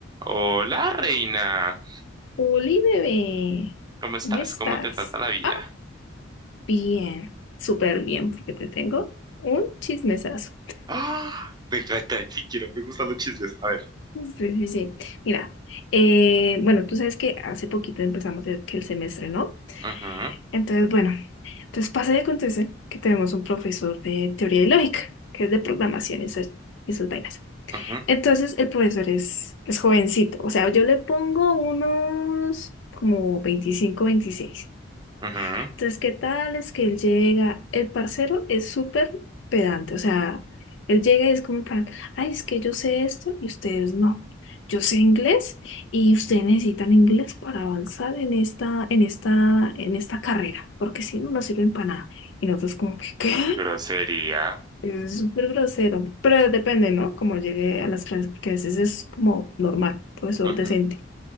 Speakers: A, on the right; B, on the left.
A: Hola, reina.
B: Oli, bebé,
A: ¿Cómo
B: ¿cómo
A: estás?
B: estás?
A: ¿Cómo te trata la vida?
B: Ah, bien, súper bien, porque te tengo un chismesazo.
A: ¡Ah! Me encanta, sí quiero, me gustan los chismes. A ver.
B: Sí, sí, sí. Mira, eh, bueno, tú sabes que hace poquito empezamos el, que el semestre, ¿no?
A: Ujú,
B: Entonces, bueno, entonces pasa y acontece que tenemos un profesor de teoría y lógica, que es de programación y esas, y esas vainas.
A: ujú,
B: Entonces, el profesor es, es jovencito, o sea, yo le pongo unos como 25, 26.
A: ujú.
B: Entonces, ¿qué tal? Es que él llega, el parcero es súper pedante, o sea, él llega y es como en plan, ay, es que yo sé esto y ustedes no. Yo sé inglés y ustedes necesitan inglés para avanzar en esta, en esta, en esta carrera, porque si no, no sirven para nada. Y nosotros como que, ¿qué?
A: Grosería.
B: Es súper grosero, pero depende, ¿no? Como llegue a las clases, porque a veces es como normal, profesor
A: Ujú.
B: decente.